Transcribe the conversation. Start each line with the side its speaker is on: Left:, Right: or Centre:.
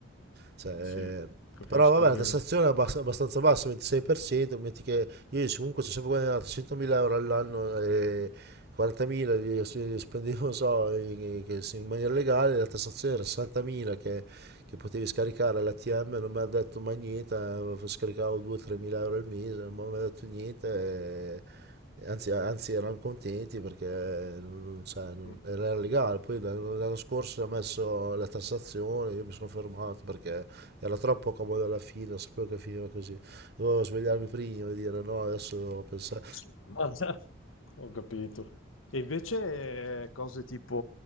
Right: Cioè,
Left: eh sì, capisco
Right: però vabbè,
Left: bene.
Right: la tassazione è abbas- abbastanza bassa, 26%, metti che io comunque ci ho sempre guadagnato 100.000 euro all'anno e 40.000 li li spendevo, non so, in, che- in maniera legale, la tassazione era 60.000 che, che potevi scaricare all'ATM, non mi ha detto mai niente, eh, scaricavo 2-3.000 euro al mese, non mi ha detto niente. eh, Anzi, anzi, erano contenti perché non- non- cioè, non-
Left: Mhm.
Right: era legale. Poi l'anno l'anno scorso ha messo la tassazione, io mi sono fermato perché era troppo comodo alla fine, sapevo che finiva così. Dovevo svegliarmi prima e dire no, adesso pensavo
Left: <laughs> Ah, Ho capito. E invece eh, cose tipo